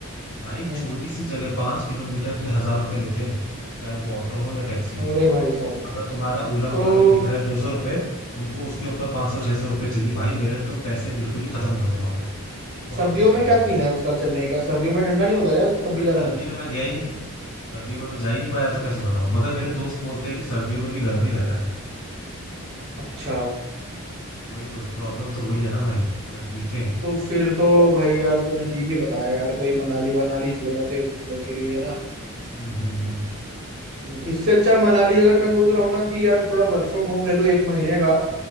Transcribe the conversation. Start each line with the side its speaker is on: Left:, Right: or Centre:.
Left: भाई
Right: हम्म
Left: छोटी सी जगह पांच किलोमीटर के लिए हजार रुपए लेते हैं चाहे वो ऑटो हो या टैक्सी हो
Right: अरे भाई साहब
Left: अगर तुम्हारा ओला
Right: तो
Left: उबर में दिख रहा है दो सौ रुपये उनको उसके ऊपर पाँच सौ छह सौ रुपये चाहिए भाई मेरे तो पैसे बिल्कुल ही खत्म हो गए थे वहां पे बहुत
Right: सर्दियों
Left: दिक्कत
Right: में क्या
Left: हुई थी
Right: सीन है उसका चेन्नई का सर्दियों में ठंडा नहीं होता क्या कभी
Left: भाई
Right: गर्म
Left: सर्दी
Right: है
Left: में मैं गया ही नहीं सर्दियों में मैं जा ही नहीं पाया तो कैसे बताऊं मगर मेरे दोस्त बोलते हैं कि सर्दियों में भी गर्म ही रहता है
Right: अच्छा
Left: वही तो प्रॉब्लम तो वही है ना भाई तकलीफें
Right: तो फिर तो भाई यार तूने ठीक ही बताया यार कोई मनाली वनाली चले जाते हैं घूमने के लिए ना
Left: हम्म हम्म हम्म
Right: हम्म, इससे अच्छा मनाली अगर मैं सोच रहा हूँ ना कि यार थोड़ा वर्क फ्रॉम होम ले लूँ एक महीने का